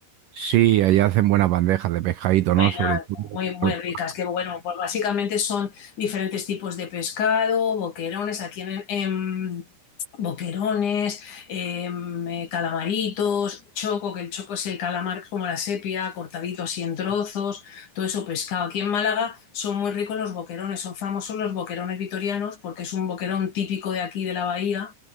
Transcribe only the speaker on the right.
Sí, allá hacen buenas bandejas de pescadito,
¿no? Sobre todo.
pero-